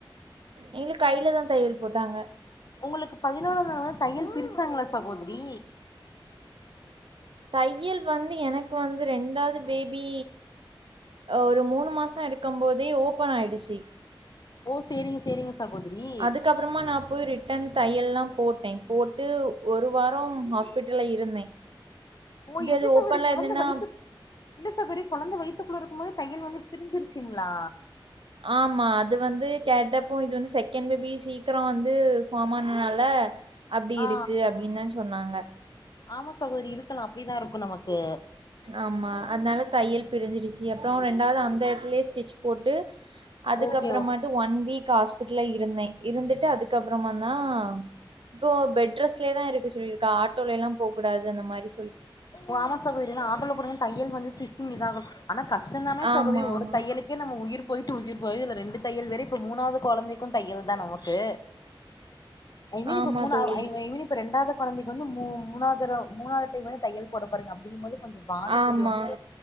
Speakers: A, on the right; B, on the left.
A: எங்களுக்கு கையில தா தையல் போட்டாங்க
B: உங்களுக்கு பதினால நாள்லா தையல் பிரிச்சாங்களா சகோதரி
A: தையல் வந்து எனக்கு வந்து ரெண்டாவது பேபி ஒரு மூணு மாச இருக்கு போதே ஓபன் ஆயிடுச்சு
B: ஓ சேரிங்க சேரிங்க சகோதரி
A: அதுக்கு அப்புறமா நா போய் ரிட்டன் தையெல்லா போட்டேன் போட்டு ஒரு வார ஹாஸ்பிட்ல்ல இருந்தே
B: ஓ
A: இப்டி
B: எப்படி
A: அது
B: சகோதரி
A: ஓப்பன்ல
B: கொழந்த
A: இருந்தேன்னா
B: வயித்து இல்ல சகோதரி கொழந்த வயித்துக்குள்ள இருக்கு போதே தையல் வந்து பிரிஞ்சிருச்சிங்களா
A: ஆமா அது வந்து கே டப்ப இது வந்து செகண்ட் பேபி சீக்கிரம் வந்து ஃபார்ம் ஆனா நால அப்டி
B: ஆ
A: இருக்கு அப்டின்னு தா சொன்னாங்க
B: ஆமா சகோதரி இருக்கலா அப்படிதா இருக்கு நமக்கு
A: ஆமா அதனால தையல் பிரிஞ்சிடுச்சு அப்புறம் ரெண் அதாவது அந்த இடத்துலயே ஸ்டிச் போட்டு அதுக்க
B: ஓகே
A: அப்புறமாட்டு
B: ஓகே
A: ஒன் வீக் ஹாஸ்பிட்டல இரு இருந்தே இருந்துட்டு அதுக்கு அப்புறமதா இப்போ பெட்ரெஸ்ட்லேதா இருக்க சொல்லிருக்கா ஆட்டோலேலா போகூடாது அந்த மாதிரி
B: ஓ ஆமா சகோதரி நா ஆட்டோல ம் தையல் வந்து ஸுட்சிங் இதான்கு ஆனா கஷ்ட தானே
A: ஆமா,
B: சகோதரி
A: ஆமா.
B: ஒரு தையலுக்கே நம்ம உயிர் போயிட்டு உயிர் வரு இதுல ரெண்டு தையல் வேற இப்ப மூணாவது குழந்தைக்கு தையல் தா நமக்கு ஐ மீன்
A: ஆமா
B: இப்ப மூணா
A: தோழி.
B: ஐ மீன் இப்ப ரெண்டாவது குழந்தைக்கு வந்து மூ மூணாதுதெரவ மூணாவது டைம் தையல் போடு பாருங்க அப்டிங்கும்போது கொஞ்ச பாடி
A: ஆமா.
B: கொஞ்ச ரொம்ப